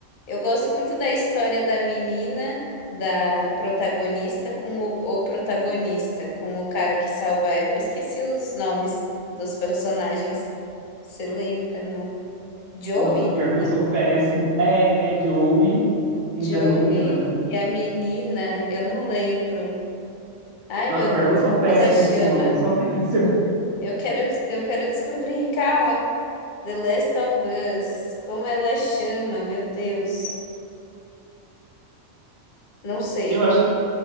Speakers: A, on the left; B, on the right.
A: eu gosto muito da história da menina, da protagonista, com o, o protagonista, com o cara que salva ela. Eu esqueci os nomes dos personagens. Você lembra, não? Joey?
B: Nossa, pior
A: Não.
B: que eu sou péssimo. É, é Joey e
A: Joey
B: da menina.
A: e a menina, eu não lembro. Ai,
B: Nossa,
A: meu
B: pior
A: Deus,
B: que eu sou
A: como
B: péssimo
A: ela chama?
B: com o nome, sou <laughs> péssimo.
A: Eu quero, eu quero descobrir, calma. The Last of Us. Como ela chama? Meu Deus. Não sei.
B: Eu acho que